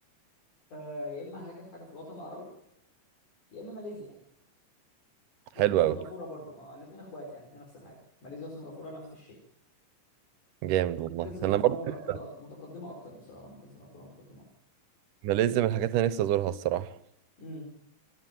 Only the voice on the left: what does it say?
آه، يا اما هاجر حاجه في الوطن العربي يا اما ماليزيا يعني يا
اما سنغافوره
برضو آه، الاثنين اخوات يعني الاثنين نفس الحاجه ماليزيا وسنغافوره نفس الشيء
يمكن سنغافوره
متقدمه أك... متقدمه اكتر بصراحه ممكن سنغافوره متقدمه اكتر
امم